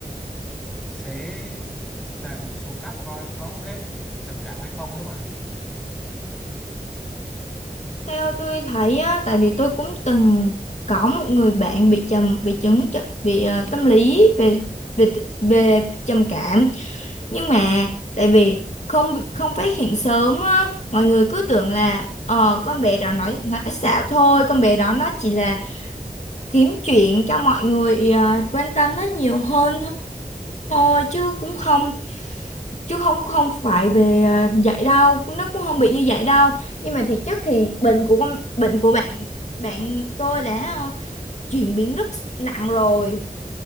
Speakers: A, in the centre; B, on the left.
A: sẽ làm một số cách coi có hết trầm cảm hay không đó mà
B: Theo tôi thấy á, tại vì tôi cũng từng có một người bạn bị trầm bị chứng tr- bị ờ, tâm lý về về về trầm cảm nhưng mà tại vì không không phát hiện sớm á, mọi người cứ tưởng là ờ con bé đó nói nói xạo thôi con bé đó nó chỉ là kiếm chuyện cho mọi người ờ, quan tâm nó nhiều hơn thôi chứ cũng không chứ không không phải về à, vậy đâu nó cũng không bị như vậy đâu nhưng mà thiệt chất thì bệnh của con bệnh của bạn bạn tôi đã ờ, chuyển biến rất nặng rồi